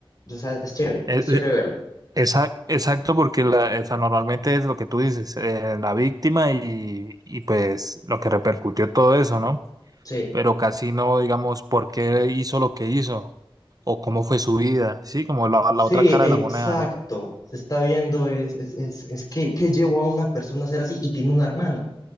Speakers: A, on the left; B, on the right.
A: sea, es chévere,
B: eh,
A: es chévere verlo.
B: esa- exacto, porque la, o sea, normalmente es lo que tú dices, eh, la víctima y, y pues lo que repercutió todo eso, ¿no?
A: Sí.
B: Pero casi no, digamos, por qué hizo lo que hizo o cómo fue su vida, ¿sí? Como la,
A: Sí,
B: la otra cara
A: exacto.
B: de la moneda, ¿no?
A: Se está viendo, es, es, es, es que, que llevó a una persona a ser así y tiene una hermana.